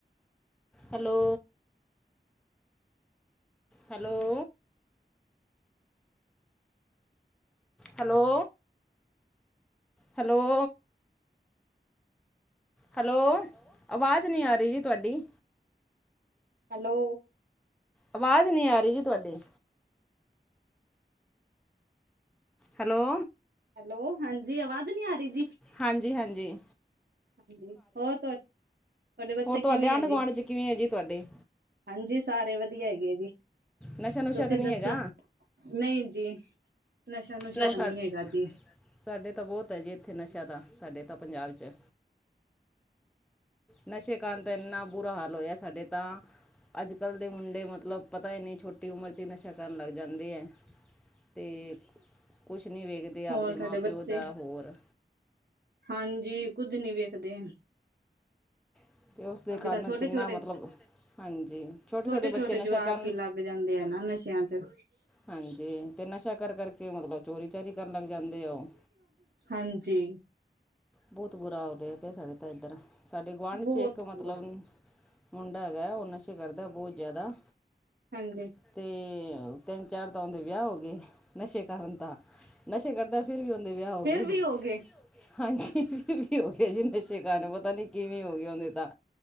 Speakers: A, in the centre; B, on the right.
A: hello. Hello. Hello. Hello. Hello. ਆਵਾਜ਼ ਨਈ ਆ ਰਈ ਜੀ ਤੁਹਾਡੀ?
B: ਹੈਲੋ।
A: ਆਵਾਜ਼ ਨਈ ਆ ਰਈ ਜੀ, ਤੁਹਾਡੀ- ਹੈਲੋ।
B: ਹੈਲੋ ਹਾਂਜੀ, ਆਵਾਜ਼ ਨੀ ਆ ਰਈ ਜੀ।
A: ਹਾਂਜੀ-ਹਾਂਜੀ।
B: ਹਾਂਜੀ। ਹੋਰ ਤੁਹਾ ਤੁਹਾਡੇ ਬੱਚੇ
A: ਹੋਰ, ਤੁਹਾਡੇ
B: ਕਿਵੇਂ
A: ਆਢ
B: ਆ
A: ਗੁਆਂਢ
B: ਜੀ?
A: ਚ ਕਿਵੇਂ ਐ ਜੀ ਤੁਹਾਡੇ
B: ਹਾਂਜੀ। ਸਾਰੇ ਵਧੀਆ ਹੈਗੇ ਆ ਜੀ,
A: ਨਸ਼ਾ ਨੁਸ਼ਾ
B: ਤੁਸੀਂ
A: ਤਾਂ ਨਹੀਂ
B: ਦੱਸੋ?
A: ਹੈਗਾ
B: ਨਈ ਜੀ। ਨਸ਼ਾ ਨੁਸ਼ਾ
A: <unintelligible>
B: ਤਾਂ ਨਹੀਂ ਹੈਗਾ ਜੀ।
A: ਸਾਡੇ ਤਾਂ ਬੋਤ ਆ ਜੀ, ਇੱਥੇ ਨਸ਼ਾ ਤਾਂ ਸਾਡੇ ਤਾਂ ਪੰਜਾਬ 'ਚ। ਨਸ਼ੇ ਕਰਨ ਤਾਂ, ਇੰਨਾ ਬੁਰਾ ਹਾਲ ਹੋਇਆ ਸਾਡੇ ਤਾਂ ਅੱਜ-ਕੱਲ੍ਹ ਦੇ ਮੁੰਡੇ ਮਤਲਬ ਪਤਾ ਈ ਨੀ, ਛੋਟੀ ਉਮਰ 'ਚ ਈ ਨਸ਼ਾ ਕਰਨ ਲੱਗ ਜਾਂਦੇ ਏੰ। ਤੇ ਕੁਛ ਨੀ ਵੇਖਦੇ। ਆਪਦੇ
B: ਹੋਰ ਤੁਹਾਡੇ
A: ਮਾਂ
B: ਬੱਚੇ?
A: ਪਿਓ ਦਾ ਹੋਰ
B: ਹਾਂਜੀ, ਕੁੱਝ ਨੀ ਵੇਖਦੇ।
A: ਅਤੇ ਉਸ ਦੇ
B: ਅੱਜ-ਕੱਲ੍ਹ
A: ਕਾਰਨ
B: ਛੋਟੇ-ਛੋਟੇ,
A: ਕਿੰਨਾ ਮਤਲਬ ਹਾਂਜੀ ਛੋਟੇ
B: ਛੋਟੇ-ਛੋਟੇ
A: ਛੋਟੇ ਬੱਚੇ ਨਸ਼ਾ
B: ਜਵਾਕ
A: ਕਰਨ
B: ਈ ਲਾ ਲੱਗ ਜਾਂਦੇ ਆ ਨਾ, ਨਸ਼ਿਆਂ ਚ।
A: ਹਾਂਜੀ ਤੇ ਨਸ਼ਾ ਕਰ ਕਰਕੇ, ਮਤਲਬ ਚੋਰੀ ਚਾਰੀ ਕਰਨ ਲੱਗ ਜਾਂਦੇ। ਉਹ
B: ਹਾਂਜੀ।
A: ਬਹੁਤ ਬੁਰਾ ਹਾਲ ਹੈ ਸਾਡੇ ਤਾਂ ਇੱਧਰ। ਸਾਡੇ ਗੁਆਂਢੀ
B: ਬਹੁਤ
A: 'ਚ ਇੱਕ ਮਤਲਬ
B: ਬੁਰਾ,
A: ਮੁੰਡਾ ਹੈਗਾ। ਉਹ ਨਸ਼ੇ ਕਰਦਾ ਬਹੁਤ ਜ਼ਿਆਦਾ।
B: ਹਾਂਜੀ।
A: ਤੇ ਤਿੰਨ ਚਾਰ ਤਾਂ ਉਹਂ ਦੇ ਵਿਆਹ ਹੋ ਗਏ। ਨਸ਼ੇ ਕਰਨ ਤਾਂ ਨਸ਼ੇ ਕਰ ਫਿਰ ਵੀ ਉਹਦੇ ਵਿਆਹ ਹੋ
B: ਫੇਰ
A: ਗਏ ਸੀ।
B: ਵੀ ਗਏ,
A: ਹਾਂਜੀ! ਵੀ ਹੋ ਗਿਆ ਜੀ ਨਸ਼ੇਕਾਰ ਨੂੰ ਪਤਾ ਨੀ ਕਿਵੇਂ ਹੋ ਗਿਆਏ ਉਹਦੇ ਤਾਂ